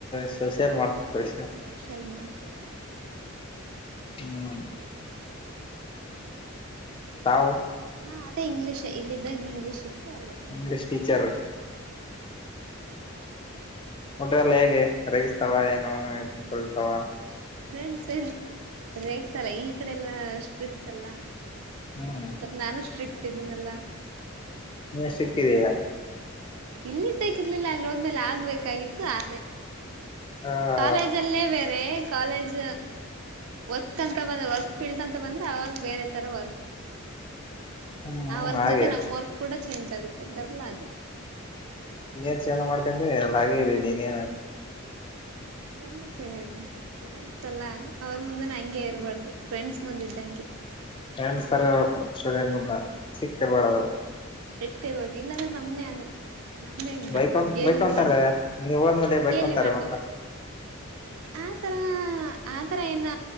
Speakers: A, on the left; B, on the right.
A: ಸಷಿಯಲ್ ಮಾಡ್ತೀನಿ ಸಷ
B: ಸೌಶಲ್ ಮಾತ್ರರಾ
A: ಜನ್
B: ಹ್ಮ
A: ತಾವು
B: ನಾವ್ ಅ ಇಂಗ್ಲಿಷ ಇ ಇದಾಗ ಇಂಗ್ಲೀಷ್ ಇತ್ತು ಅಲ್ಲಿದ್ಮೇಲೆ
A: ಇಂಗ್ಲಿಷ್ ಟೀಚರ್ ಉಡ್ರೆಲ್ಲ ಹೇಗೆ ರೇಗಿಸ್ತಾವ ಏನು ತೋತಾವ
B: ಸ್ಟೂಡೆಂಟ್ಸ್ ಏನ್ ರೇಗ್ಸ್ ಅಲ್ಲ ಈ ಕಡೆ ಎಲ್ಲಾ ಸ್ಟ್ರಿಕ್ಟ್ ಅಲ್ಲ
A: ಹ್ಮ್
B: ಸ ನಾನು ಸ್ಟ್ರಿಕ್ಟ್ ಇದ್ದೀನಲ್ಲ
A: ನೀ ಸಿಕ್ಕಿದೀಯಾ
B: ಇಲ್ಲಿದ್ದಕ್ಕ ಇರ್ಲಿಲ್ಲ ಅಲ್ಲಿದ್ಮೇಲೆ ಆಗ್ಬೇಕಾಗಿತ್ತು ಅದೇ
A: ಹಾ
B: ಕಾಲೇಜ ಅಲ್ಲೇ ಬೇರೆ ಕಾಲೇಜ್ ವರ್ಕ್ ಅಂತ ಬಂದ್ರೆ ವರ್ಕ್ ಫೀಲ್ಡ್ ಅಂತ ಬಂದ್ರೆ ಅವಾಗ ಬೇರೆ ತರ ವರ್ಕ್
A: ಹ್ಮ್
B: ಆ ವರ್ಕ್
A: ಹಾಗೆ
B: ಜೊತೆ ನಮ್ ವರ್ಕ್ ಕೂಡ ಚೇಂಜ್ ಆಗುತ್ತ ಅಂತಾರಲ್ಲ ಅದೇ
A: ನೀನ್ ಚ ಮಾಡ್ಕೊಂಡ್ರೆ ಎಲ್ಲ ಹಾಗೇ ನೀನೇನಿ
B: ಅಲ್ಲಿದ ಚರಿನು ಸ್ಟೂಡೆಂಟ್ಸ್ ಅಲ್ಲಾ ಅವ್ರ ಮುಂದೆ ಹಂಗೆ ಇರ್ಬಾರ್ದು ಫ್ರೆಂಡ್ಸ್ ಮುಂದೆ ಇದ್ದಂಗೆ
A: ನಂಡ ಸ್ಥೋಕ ಚಳಿಯನ್ಂದ ಚಕ್ಕರ್ ಪಡದು
B: ಎೆಟ್ಟ ಇರ್ರುವಾಗ ಇಲ್ಲಾಂದ್ರೆ ನಮ್ದೇ ಹಂಗ ನಮೇ
A: ಬೈಕೊಂತ
B: ಗೇಲಿ
A: ಬೈಕೊಂತಾರೆ
B: ಮಾಡ್ತಾರ
A: ನೀವ್ ಹೋದ್ಮೇಲೆ ಬೈಕೊಂತಾರೆ
B: ಗೇಲಿ ಮಾಡ್ತಾರ
A: ಮತ್ತ
B: ಆತರ ಆತರ ಏನ